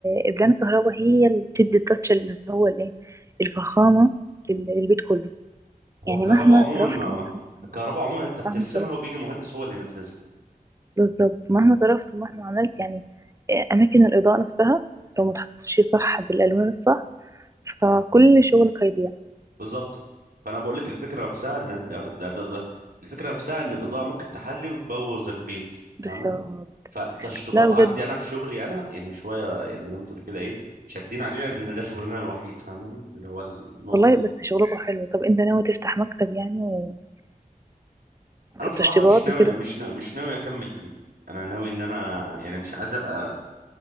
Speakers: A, on the right; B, on the right.
A: البلان الكهرباء هي اللي بتدي التاتش اللي هو الايه الفخامة لل- للبيت كله
B: هو
A: يعني
B: الكهرباء
A: مهما
B: عموما
A: صرفت
B: ما
A: ومهما-
B: ما- الكهرباء عموما انت بترسمها
A: مهما صرفت
B: وبيجي مهندس هو اللي ينفذها
A: بالظبط مهما صرفت ومهما عملت يعني آه، أماكن الإضاءة نفسها لو ما تحطش صح بالألوان الصح فكل شغلك هيضيع
B: بالظبط فانا بقول لك الفكره نفسها ان ده ده ده الفكره نفسها ان الاضاءه ممكن تحلي وتبوظ البيت
A: بالظبط
B: فاهمه فالتشطيبات
A: لا بجد
B: عندي انا في شغلي انا يعني شويه يعني زي ما تقول كده ايه شادين علينا ان ده شغلنا الوحيد فاهماني اللي هو النقطه
A: والله بس شغلكوا حلو طب أنت ناوي تفتح مكتب يعني ومكتب
B: انا بصراحه
A: تشطيبات
B: مش ناوي
A: وكده
B: مش ناوي مش ناوي اكمل فيه انا ناوي ان انا يعني مش عايز ابقى